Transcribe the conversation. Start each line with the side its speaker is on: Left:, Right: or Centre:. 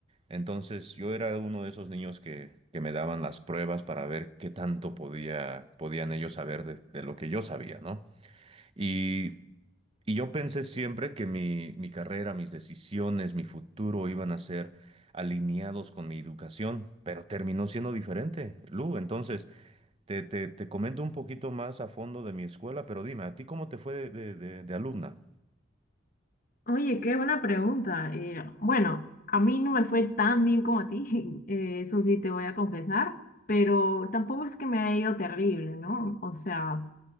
Right: Entonces yo era uno de esos niños que, que me daban las pruebas para ver qué tanto podía, podían ellos saber de de lo que yo sabía, ¿no? Y y yo pensé siempre que mi, mi carrera, mis decisiones, mi futuro iban a ser alineados con mi educación, pero terminó siendo diferente. Lu, entonces, te, te, te comento un poquito más a fondo de mi escuela, pero dime, ¿a ti cómo te fue de, de, de- de alumna?
Left: Oye, qué buena pregunta. Eh, bueno, a mí no me fue tan bien como a ti, <laughs> eh, eso sí te voy a confesar, pero tampoco es que me haya ido terrible, ¿no? O sea,